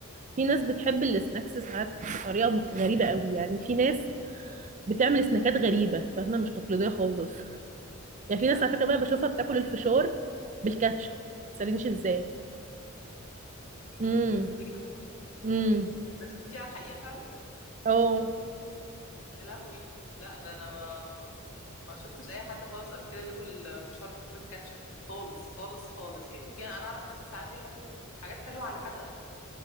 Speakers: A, on the right; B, on the left.
A: في ناس بتحب السناكس ساعات بطريقه مخ- غريبه قوي يعني في ناس بتعمل سناكات غريبه فاهمه مش تقليديه خالص يعني
B: ايه
A: في ناس
B: بقى
A: على فكره بقى بشوفها بتاكل الفشار بالكاتشب ما تسالنيش ازاي امم
B: بجد
A: امم
B: ده شفتيه على الحقيقه فعلا
A: اه
B: يا لهوي لا ده انا ما ما شفتش اي حد خالص قبل كده بياكل فشار بالكاتشب دي خالص خالص خالص يعني في انا اعرف ناس ساعات بيحطوا حاجات حلوه على حدقه